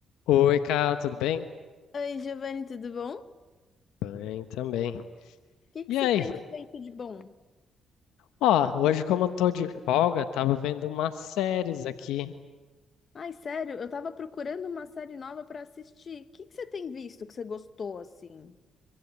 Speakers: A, on the left; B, on the left.
A: Oi, cara, tudo bem?
B: Oi, Giovanni, tudo bom? O
A: Bem também.
B: que que
A: E
B: você
A: aí?
B: tem feito de bom?
A: Ó, hoje como eu tô de folga, tava vendo umas séries aqui.
B: Ai, sério, eu tava procurando uma série nova pra assistir. O que que você tem visto que você gostou assim?